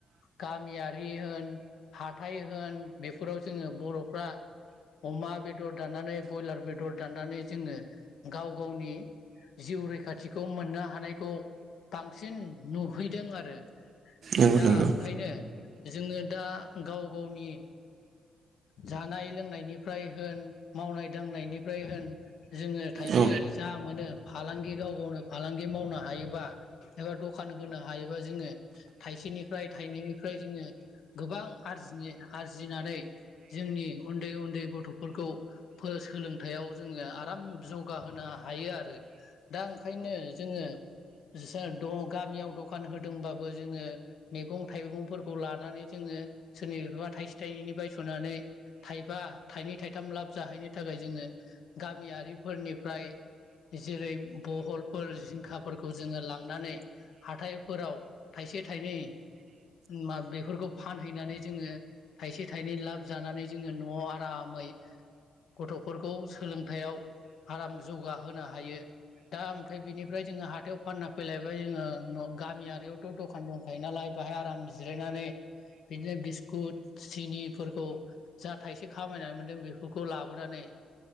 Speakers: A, on the left (about 70°); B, on the right (about 60°).
A: गामियारि होन हाथाय होन बेफोराव जोङो बर'फ्रा अमा बेदर दाननानै ब्रयलार बेदर दाननानै जोङो गाव गावनि जिउ रैखाथिखौ मोननो हानायखौ बांसिन नुहैदों आरो
B: नंगौ
A: दा
B: नंगौ
A: ओंखायनो जोङो दा- गाव गावनि जानाय लोंनायनि होन मावनाय दांनायनिफ्राय होन जोङो थाइसे
B: औ
A: जा मोनो फालांगि गाव गावनो फालांगि मावनो हायोबा एबा दखान होनो हायोबा जोङो थाइसेनिफ्राय थ बेनिफ्राय जोङो गोबां आरजि आरजिनानै जोंनि उन्दै उन्दै गथ'फोर सोलोंथायाइयाव जोङो आराम जौगाहोनो हायो आरो दा ओंखायनो जोङो गामियाव दखान होदोंबाबो जोङो मैगं थाइगंफोरखौ लानानै जोङो सोरनिफ्राइबा थायसे थायनैनि बायसनानै थायबा थयनै थायथाम लाब लाब जाहैनो थाखाय जोङो गामियारिफोरनिफ्राय जेरै बहलफोर जिंखाफोरखौ जोङो लांनानै हाथाइफोराव थाइसे थाइनै मा बेफोरखौ फानहैनानै जोङो थायसे लाब जानानै जोङो न'आव आरामै गथ'फोरखौ सोलोंथायाइआव आराम जौगाहोनो हायो। दा ओमफ्राय बिनिफ्राय जोङो हाथायाव फानना फैलायबाय जोङो न गामियारिआवथ' द'खान दंखायो नालाय बाहाय आराम जिरायनानै बिदिनो बिस्कुट निफोरखौ जा थाइसे खामायनानै मोनदों बेफोरखौ लाबोनानै